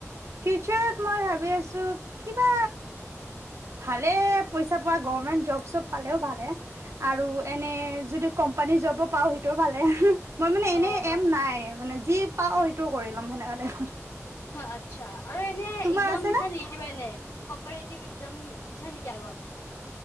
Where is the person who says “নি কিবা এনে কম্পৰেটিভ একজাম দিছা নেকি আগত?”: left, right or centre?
Left